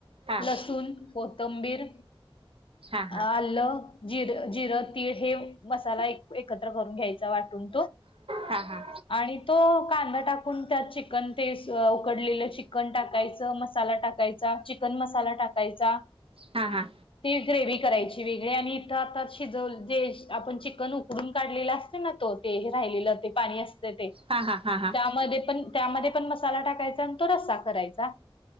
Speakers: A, on the right; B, on the left.
A: हा
B: लसूण, कोथंबीर
A: हा
B: आल- जिर जिरं, तीळ हे मसाला एक एकत्र करून घ्यायचा वाटून.
A: हा हा हा
B: आणि तो कांदा टाकून त्यात चिकन ते उकडलेल चि- -कन टाकायच. मसाला टाकायचा. चिकन मसाला टाकायचा.
A: हा हा
B: ती ग्रेव्ही करायची वेगळी. आणि इथं आता शिजव जे आपण चिकन उ- -कडून काढलेला असते ना तो? ते राहिलेलं ते पाणी असते ते.
A: हा हा हा हा
B: त्यामध्ये पण- त्यामध्ये पण मसाला टाकायचा आणि तो रस्सा करायचा.